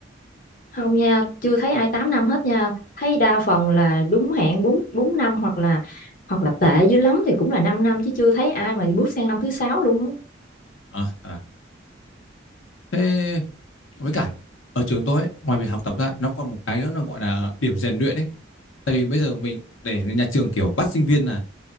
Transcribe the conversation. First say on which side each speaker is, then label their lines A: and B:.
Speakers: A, on the left; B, on the left.
A: Không nha, chưa thấy ai 8 năm hết nha. Thấy đa phần là đúng hạn 4 4 năm hoặc là hoặc là tệ dữ lắm thì cũng là 5 năm năm, chứ chưa thấy ai mà bước sang năm thứ sáu luôn á.
B: à, à. thế Với cả ở trường tôi ấy, ngoài việc học tập ra nó còn một cái nữa nó gọi là điểm rèn luyện ấy. Tại vì bây giờ mình để nhà trường kiểu bắt sinh viên là